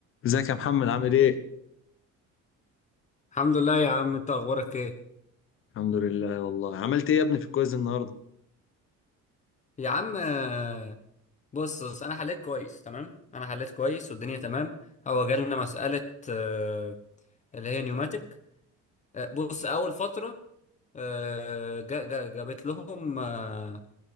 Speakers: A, on the left; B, on the left.
A: ازيك يا محمد عامل ايه؟
B: الحمد لله يا عم انت اخبارك ايه
A: الحمد لله والله عملت ايه يا ابني في الكويز النهارده؟
B: يا عم آه، بص بص انا حليت كويس تمام انا حليت كويس والدنيا تمام هو جالنا مسألة آه، اللي هي نيوماتيك آه، بص اول فترة آه، جا- جا- جابت لهم آه،